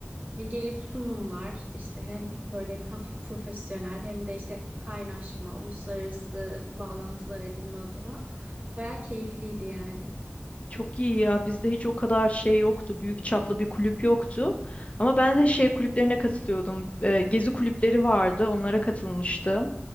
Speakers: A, on the right; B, on the left.
A: E, gelip sunumlar işte hem böyle hafif profesyonel hem de işte kaynaşma, uluslararası bağlantılar edinme adına bayağı keyifliydi yani.
B: Çok iyi ya. Bizde hiç o kadar şey yoktu. Büyük çaplı bir kulüp yoktu. Ama ben de şey kulüplerine katılıyordum. Ee, gezi kulüpleri vardı. Onlara katılmıştım.